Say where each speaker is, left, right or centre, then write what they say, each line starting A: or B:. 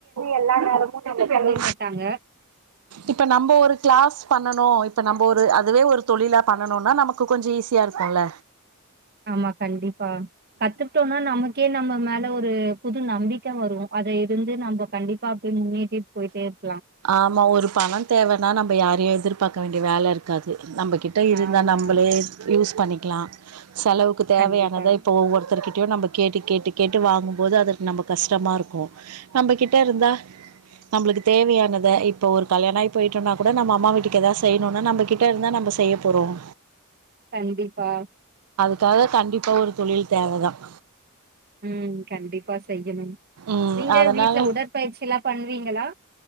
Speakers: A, on the right (about 80°); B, on the right (about 45°).
A: எல்லா நேரமு
B: மாட்டாங்க
A: இப்ப நம்ப ஒரு கிளாஸ் பண்ணனு இப்ப நம்ப ஒரு அதுவே ஒரு தொழிலா பண்ணுனோம்னா நமக்கு கொஞ்சோ ஈஸ்யா ருக்குல்ல
B: ஆமா கண்டிப்பா கத்துக்ட்டோம்னா நமக் க்கே நம்ம மேல ஒரு புது நம்பிக்க வரு அத இருந்து நம்ப கண்டிப்பா அப்டியே முன்னேர்ட்டே போய்ட்டே ருப்
A: ஆமா ஒரு பணோ தேவனா நம்ப யாரயு எதிர்பாக்க வேண்டிய வேல ருக்காது நம்பகிட்ட இருந்தா
B: ஆமா.
A: நம்பளே யூஸ் பண்ணிக்லா செலவுக்கு தேவயானத
B: கண்டிப்பா,
A: இப்ப ஒவ்வொருத்தர்க்கிட் நம்ப கேட்டு கேட்டு கேட்டு வாங்கும்போது அதுக்கு நம்பம கஷ்டமாக இருக்கும். நம்மகிட்ட இருந்தா நம்மளுக்கு தேவையான. யானத இப்போ ஒரு கல்யாண ஆகி போயிட்டோன்னா கூட நம்ம அம்மா வீட்டுக்கு எதாவது செய்யணும்னா நம்ம கிட்ட இருந்தால் நம்ம செய்ய போறோம்.
B: கண்டிப்பா.
A: அதுக்காக கண்டிப்பா ஒரு தொழில் தேவைதான்.
B: உஹம் கண்டிப்பா செய்யனும்.
A: ம்
B: நீங்க
A: அதனால
B: வீட்டுல உடற்பயிற்சி எல்லாம் பண்ணுவீங்களா.